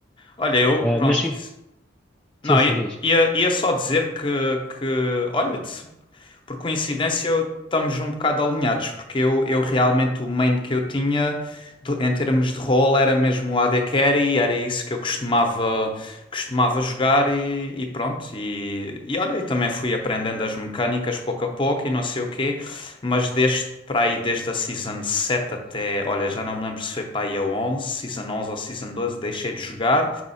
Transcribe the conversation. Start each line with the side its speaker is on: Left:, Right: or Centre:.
Left: Olha, eu,
Centre: Ah,
Left: pronto,
Centre: mas sim,
Left: isso.
Centre: sim,
Left: Não,
Centre: sim,
Left: i-
Centre: diz.
Left: ia, ia só dizer que, que olha-te. Por coincidência, eu- estamos um bocado alinhados, porque eu, eu realmente o main que eu tinha de- em termos de role era mesmo o AD Carry, era isso que eu costumava, costumava jogar e, e pronto. E, e olha, e também fui aprendendo as mecânicas pouco a pouco e não sei o quê, mas desde para aí, desde a Season 7 até, olha, já não me lembro se foi para aí a 11, Season 11 ou Season 12 deixei de jogar